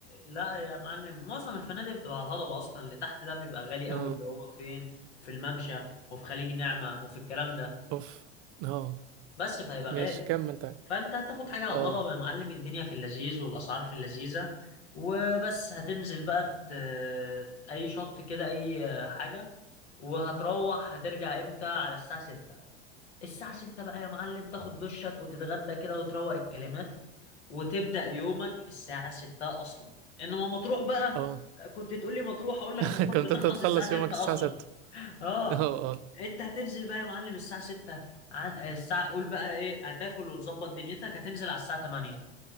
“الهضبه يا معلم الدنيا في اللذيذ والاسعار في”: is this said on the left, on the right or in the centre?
Left